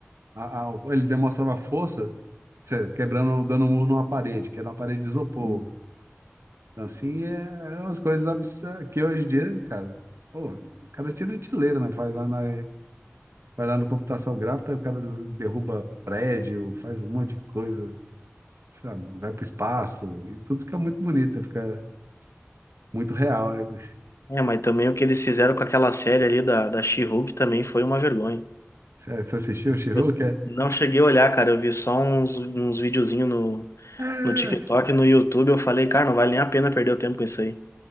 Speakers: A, on the right; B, on the left.
A: a- a- ele demonstrava força, cê- quebrando, dando um murro numa parede, que era uma parede de isopor.
B: Sim.
A: Então, assim, é, é umas coisas absurdas que hoje em dia, cara, pô, o cara tira de letra, né? Faz lá na, vai lá no computação gráfica, o cara derruba prédio, faz um monte de coisa, sabe? Vai pro espaço, e tudo fica muito bonito, fica muito real, né?
B: É, mas também o que eles fizeram com aquela série ali da, da She-Hulk também foi uma vergonha.
A: Você, você assistiu o She-Hulk?
B: Eu
A: É,
B: não cheguei a olhar, cara, eu vi só uns, uns videozinhos no
A: é,
B: No TikTok e no YouTube eu falei, cara, não vale nem a pena perder o tempo com isso aí.